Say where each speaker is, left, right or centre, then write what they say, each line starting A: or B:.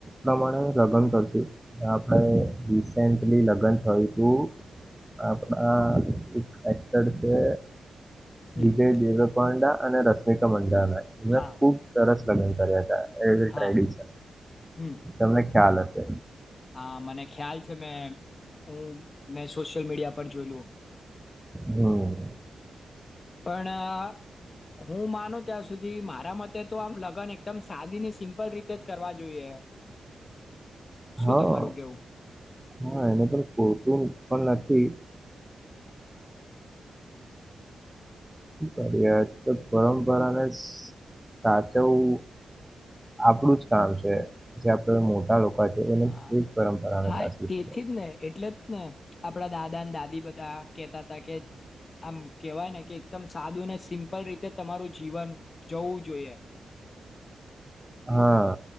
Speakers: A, in the centre; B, on the left.
A: નામણે. લગન કરશું અને રિસેન્ટલી લગ્ન થયું હતું આપણા એક એક્ટર છે
B: હમ
A: વિજય દેવપાંડા અને રશમિકા મંડ
B: હા
A: એ ખુબ સરસ લગન કરિયા હતા <unintelligible>
B: હા હમ
A: ખ્યાલ હશે
B: હા મને ખ્યાલ છે મેં હું મેં સોશિયલ મીડિયા પર જોયલું
A: હમ્મ
B: પણ હું માનું ત્યાં સુધી મારા મતે તો આમ લગ્ન એકદમ સાદી ને સિમ્પલ રીતે જ કરવા જોઈએ શું
A: હા
B: તમારું કેવું?
A: હા એને પણ <unintelligible> પણ નથી કરીએ આજલ પરંપરાને સાચવું આપડું જ કામ છે જે આપડે મોટા લોકો છે એને
B: હા
A: એજ પરંપરાને
B: હા
A: સાચવી
B: તેથી
A: શકે
B: જ ને એટલે જ ને આપડા દાદા ને દાદી બધા કેતા હતા કે આમ કેવાય ને કે એકદમ સાદું ને સિમ્પલ રીતે તમારું જીવન જવું જોઈએ.
A: હા